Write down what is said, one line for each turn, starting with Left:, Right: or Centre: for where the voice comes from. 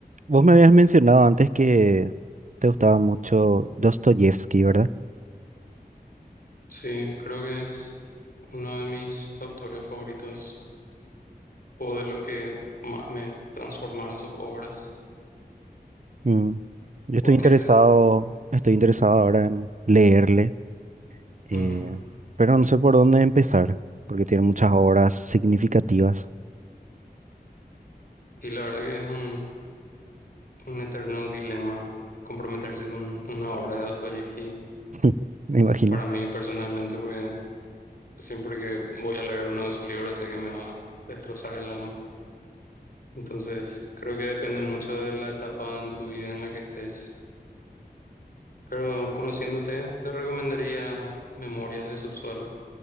Right: Vos me habías mencionado antes que te gustaba mucho Dostoyevsky, ¿verdad?
Left: Sí, creo que es uno de mis autores favoritos o de los que más me transformaron sus obras.
Right: Mm. Yo estoy
Left: Porque
Right: interesado,
Left: te...
Right: estoy interesado ahora en leerle, eh,
Left: Ujú.
Right: pero no sé por dónde empezar, porque tiene muchas obras significativas,
Left: Y la verdad que es un, un eterno dilema comprometerse con una obra de Dostoyevsky.
Right: <laughs> me imagino.
Left: Para mí personalmente, porque siempre que voy a leer uno de sus libros sé que me va a destrozar el alma. Entonces, creo que depende mucho de la etapa en tu vida en la que estés. Pero conociéndote, te recomendaría Memorias de Subsuelo